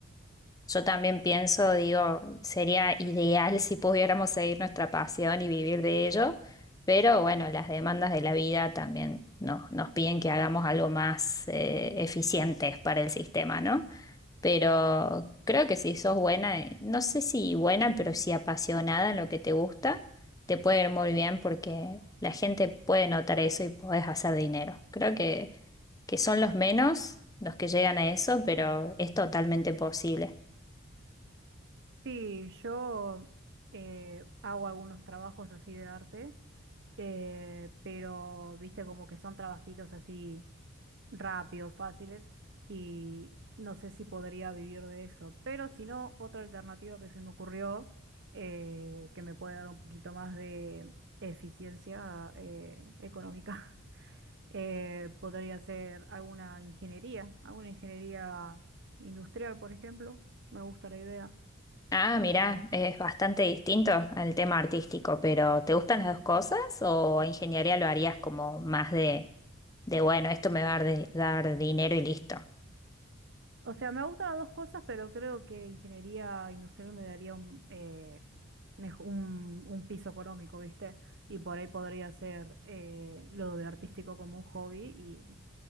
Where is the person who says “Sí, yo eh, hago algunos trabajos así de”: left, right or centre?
Right